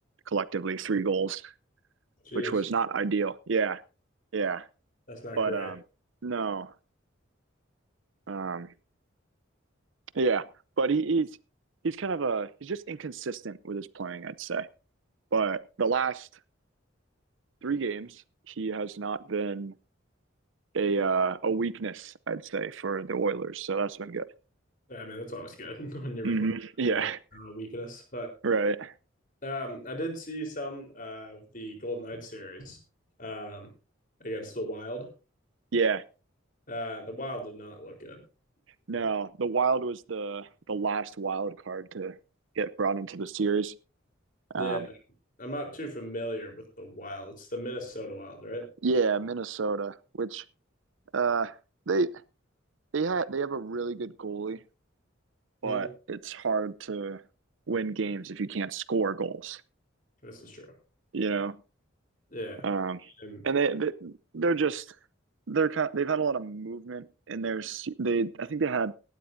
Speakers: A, on the right (about 70°); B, on the left (about 40°).
A: collectively three goals,
B: Jeez.
A: which was not ideal. Yeah, yeah,
B: That's not
A: but
B: great.
A: um, no, um, yeah, but he, he's he's kind of a he's just inconsistent with his playing, I'd say. But the last three games, he has not been a uh, a weakness, I'd say, for the Oilers. So that's been good.
B: Yeah, I mean, that's always good <laughs> when you're
A: hmm
B: when
A: <laughs> Yeah,
B: you're a player uh, weakness. But
A: right.
B: um I did see some uh, of the Golden Knights series um against the Wild.
A: Yeah,
B: Uh the Wild did not look good. But
A: no, the Wild was the the last wild card to get brought into the series. Um,
B: yeah, I'm not too familiar with the Wild. It's the Minnesota Wild, right?
A: Yeah, Minnesota, which uh they they had they have a really good goalie, but
B: hmm
A: it's hard to win games if you can't score goals,
B: This is true.
A: you know.
B: Yeah.
A: Um
B: And
A: and they, they they're just they're kind they've had a lot of movement in their they I think they had